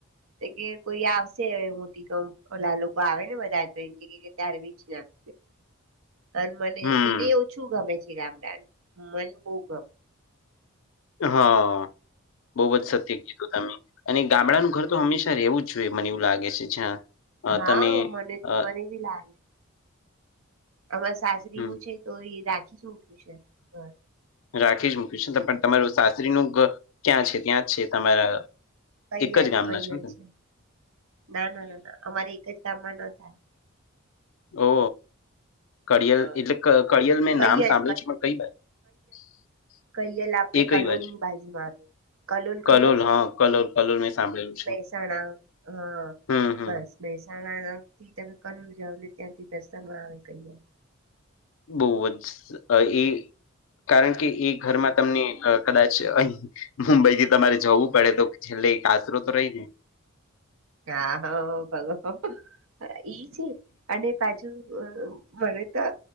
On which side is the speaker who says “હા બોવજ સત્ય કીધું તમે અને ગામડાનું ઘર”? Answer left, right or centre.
Left